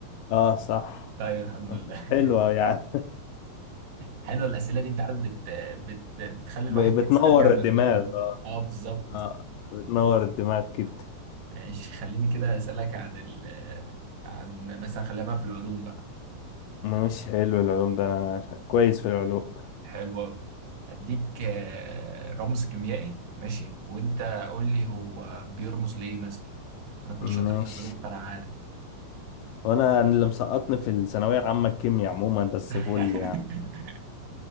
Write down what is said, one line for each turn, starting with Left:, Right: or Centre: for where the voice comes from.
Left: اه صح
Right: طيب الحمد لله
Left: مش حلوة
Right: <laughs>
Left: يعني
Right: حلوه الأسئلة دي انت عارف بت... بت... بتخلي
Left: <laughs>
Right: الواحد
Left: ب- بتنور
Right: يسترجع معلومات
Left: الدماغ
Right: العامة
Left: اه
Right: اه بالظبط
Left: اه بتنور الدماغ كده
Right: ماشي خليني كده أسألك عن ال عن مثلا خلينا بقى في العلوم بقى
Left: مش حلو العلوم ده انا كويس في العلوم
Right: حلو أوي هديك آه، رمز كيميائي ماشي وأنت قول لي هو بيرمز لإيه مثلا أنا كنت
Left: مش
Right: شاطر في العلوم فأنا عارف
Left: وانا اللي مسقطني في الثانوية العامة الكيمياء عموما بس
Right: <laughs>
Left: فل يعني